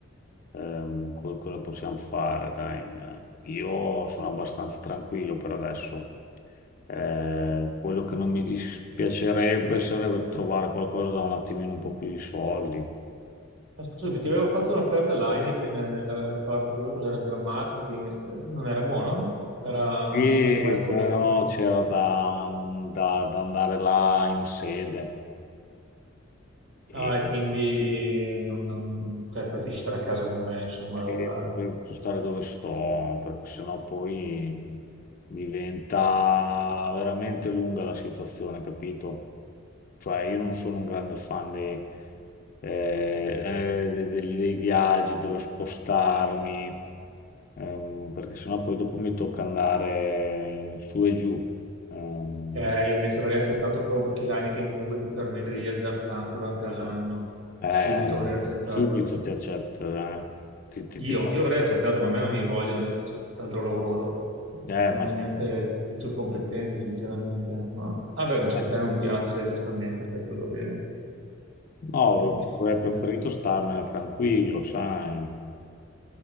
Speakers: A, on the left; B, on the right.
A: ehm, co- cosa possiamo fare, dai. Eh, Io sono abbastanza tranquillo per adesso. Eh, quello che non mi dispiacerebbe sarebbe trovare qualcosa da un attimino un po' più di soldi.
B: Ma scusami, ti avevo fatto un'offerta all'Heineken nel, nel reparto, quello cos'era che era marketing, eh, non era buono? Era
A: Sì,
B: andato male il colloquio.
A: però c'era da, da- da andare là in sede e,
B: Ah, e quindi non, non, cioè, preferisci stare a casa come me, insomma,
A: sì,
B: a lavorare.
A: per poi stare dove sto, perché sennò poi diventa veramente lunga la situazione, capito? Cioè, io non sono un grande fan dei, eh, eh, de- degli- dei viaggi, dello spostarmi, ehm, perché sennò poi dopo mi tocca andare in- su e giù. ehm,
B: Eh, io invece avrei accettato proprio perché l'Heineken comunque ti permette di viaggiare tanto durante l'anno.
A: Eh,
B: Subito avrei accettato.
A: subito ti accetta, eh. Ti, ti-
B: Io,
A: ti fa-
B: io avrei accettato, ma a me non mi vogliono, io faccio tutt'altro lavoro.
A: eh,
B: Eh, non
A: ma
B: ho neanche le tue competenze, sinceramente. Ma vabbè, ma se
A: eh,
B: a te non piace, giustamente fai quello che,
A: no,
B: Che ti segnali.
A: avrei preferito starmene tranquillo, sai,